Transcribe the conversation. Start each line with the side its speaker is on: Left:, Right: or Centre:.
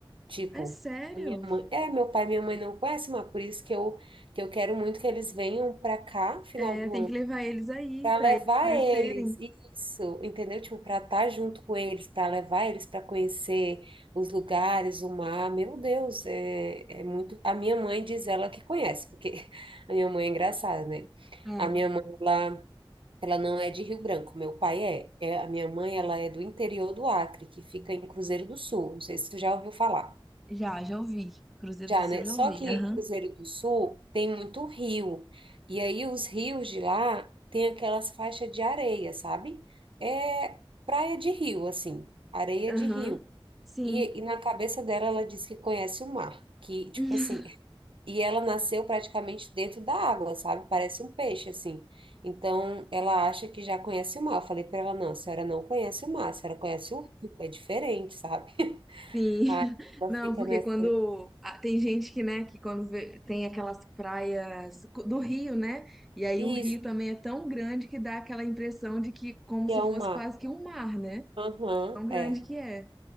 Right: Tipo,
Centre: é sério?
Right: a minha mãe, é, meu pai e minha mãe não conhecem, mas por isso que eu, que eu quero muito que eles venham para cá, final
Centre: É,
Right: do
Centre: tem
Right: ano,
Centre: que levar eles aí
Right: para
Centre: pra
Right: levar
Centre: eles conhecerem.
Right: eles, isso, entendeu? Tipo, para estar junto com eles, para levar eles para conhecer os lugares, o mar. Meu Deus, é, é muito. A minha mãe diz ela que conhece, porque <laughs> a minha mãe é engraçada, né?
Centre: Ah,
Right: A minha mãe, ela. Ela não é de Rio Branco, meu pai é. É, A minha mãe, ela é do interior do Acre, que fica em Cruzeiro do Sul. Não sei se tu já ouviu falar.
Centre: já, já ouvi. Cruzeiro
Right: Já,
Centre: do Sul
Right: né?
Centre: eu
Right: Só
Centre: já ouvi.
Right: que
Centre: Aham.
Right: Cruzeiro do Sul tem muito rio. E aí os rios de lá tem aquelas faixas de areia, sabe? É praia de rio, assim, areia
Centre: Aham.
Right: de rio.
Centre: Sim.
Right: E, e na cabeça dela ela diz que conhece o mar, que tipo
Centre: <laughs>
Right: assim, <laughs> e ela nasceu praticamente dentro da água, sabe? Parece um peixe assim. Então ela acha que já conhece o mar. Eu falei para ela, não, a senhora não conhece o mar, a senhora conhece o rio, é diferente, sabe? <laughs>
Centre: Sim,
Right: Aí
Centre: <laughs>
Right: ela
Centre: não,
Right: fica
Centre: porque
Right: nessa,
Centre: quando ah, tem gente que, né, que quando vê- tem aquelas praias co- do Rio, né, e aí
Right: isso
Centre: o Rio também é tão grande que dá aquela impressão de que como
Right: que
Centre: se
Right: é
Centre: fosse
Right: o mar.
Centre: quase que um mar, né?
Right: Aham,
Centre: Tão grande
Right: é.
Centre: que é.